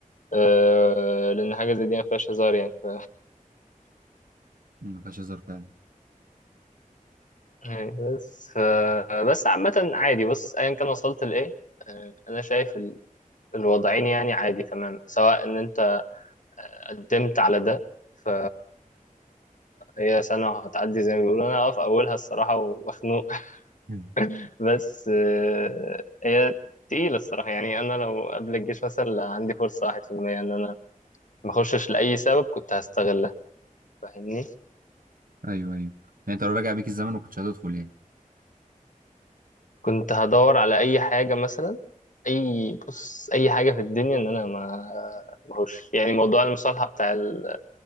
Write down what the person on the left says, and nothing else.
أه لأن حاجة زي دي ما فيهاش هزار يعني ف...
أيوة، بس ف... بس عامة عادي بص أيا كان وصلت لإيه أه أنا شايف ال... الوضعين يعني عادي تمام سواء إن أنت قدمت على ده ف هي سنة وهتعدي زي ما بيقولوا أنا أقف أولها الصراحة ومخنوق
<laughs> بس أه هي تقيلة الصراحة يعني أنا لو قبل الجيش مثلا عندي فرصة واحد في المية إن أنا ما أخشش لأي سبب كنت هستغلها فاهمني
كنت هدور على اي حاجه مثلا اي بص اي حاجه في الدنيا ان انا ما مهوش يعني موضوع المصالحه بتاع ال